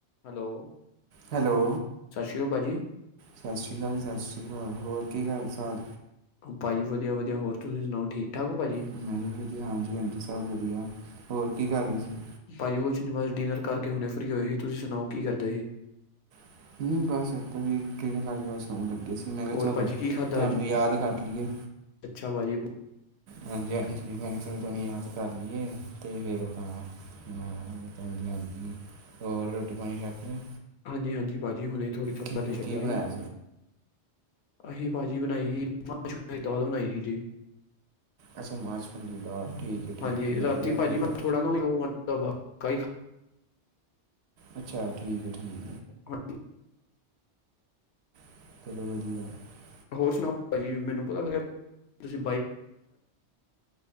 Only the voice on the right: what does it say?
Hello
ਸਤਿ ਸ਼੍ਰੀ ਅਕਾਲ ਸਤਿ ਸ਼੍ਰੀ ਅਕਾਲ ਹੋਰ। ਕੀ ਹਾਲ ਚਾਲ?
ਨਹੀਂ ਵਧੀਆ, ਹਾਂਜੀ- ਹਾਂਜੀ, ਸਭ ਵਧੀਆ ਹੋਰ ਕੀ ਕਰ ਰਹੇ ਸੀ?
<unintelligible> ਕਿਸ ਮੈਂ ਕਿਹਾ ਚਲੋ
ਤੁਹਾਨੂੰ
ਯਾਦ ਕਰ ਲਈਏ।
ਹਾਂਜੀ -ਹਾਂਜੀ ਮੈਂ ਚਲ ਤੁਹਾਨੂੰ ਯਾਦ ਕਰ ਲਈਏ ਤੇ ਫਿਰ। ਹਾਂ ਹਾਂਜੀ -ਹਾਂਜੀ ਹੋਰ ਰੋਟੀ ਪਾਣੀ ਛਕ ਲਿਆ।
ਕਿਵੇਂ
ਕੀ
ਬਣਾਇਆ
ਅੱਛਾ ਮਾ ਛੋਲਿਆ ਦਾਲ ਠੀਕ ਹੈ ਠੀਕ
ਹੈ ਵਧੀਆ
ਫਿਰ
ਤਾਂ।
ਅੱਛਾ ਠੀਕ ਹੈ ਠੀਕ ਹੈ।
<unintelligible>